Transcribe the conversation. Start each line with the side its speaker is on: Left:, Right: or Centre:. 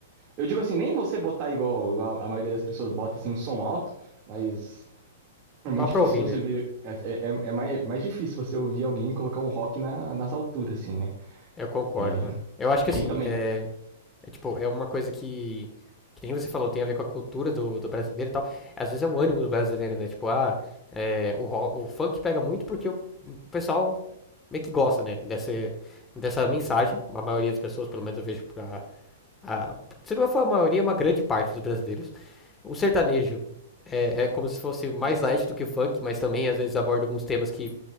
Right: Eu digo assim, nem você botar igual, igual a maioria das pessoas bota, assim, um som alto, mas. É muito
Left: Só pra
Right: difícil
Left: ouvir,
Right: você
Left: né?
Right: ver. É, é, é- é mais, é mais difícil você ouvir alguém colocar um rock na, nas alturas, assim, né?
Left: Eu concordo,
Right: É.
Left: mano. Eu acho que
Right: é,
Left: assim,
Right: E também,
Left: é, é tipo, é uma coisa que, que nem você falou, tem a ver com a cultura do, do brasileiro e tal. Às vezes é o ânimo do brasileiro, né? Tipo, ah, é, o, ro- o funk pega muito porque o, o pessoal meio que gosta, né? Dessa, dessa mensagem. A maioria das pessoas, pelo menos eu vejo pra. A, se não for a maioria, é uma grande parte dos brasileiros. O sertanejo é, é como se fosse mais light do que o funk, mas também às vezes aborda alguns temas que